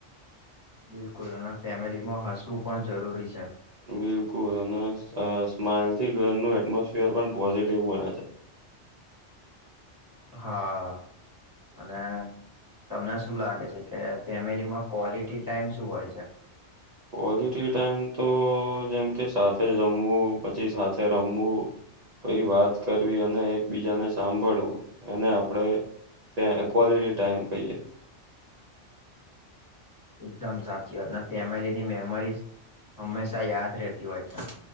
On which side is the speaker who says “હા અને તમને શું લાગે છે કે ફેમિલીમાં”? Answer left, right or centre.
Left